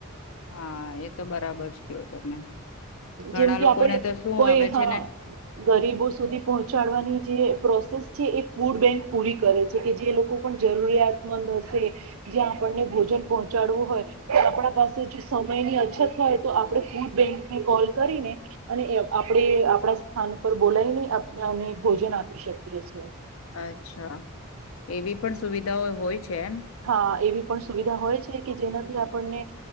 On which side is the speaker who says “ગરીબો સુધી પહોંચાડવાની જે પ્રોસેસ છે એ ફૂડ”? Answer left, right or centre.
Right